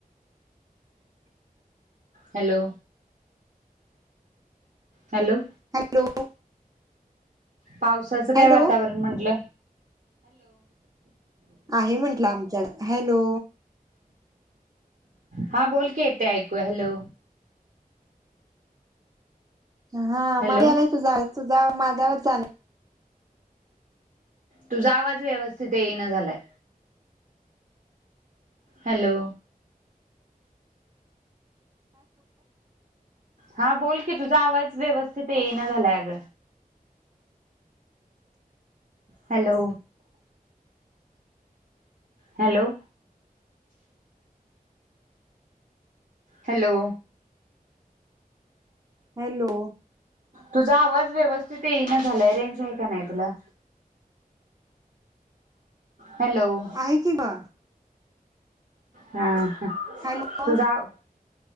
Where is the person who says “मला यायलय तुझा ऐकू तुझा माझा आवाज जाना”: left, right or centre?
Right